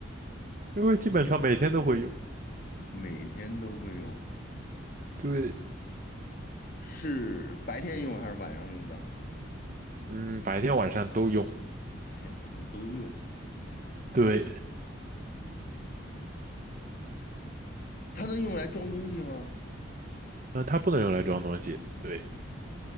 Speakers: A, on the right; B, on the left.
A: 因为基本上每天都会用，
B: 每天都会用，
A: 对，
B: 是白天用还是晚上用的？
A: 嗯，白天晚上都用，
B: 白天晚上都用。
A: 对，
B: 啊，它能用来装东西吗？
A: 那它不能用来装东西，对，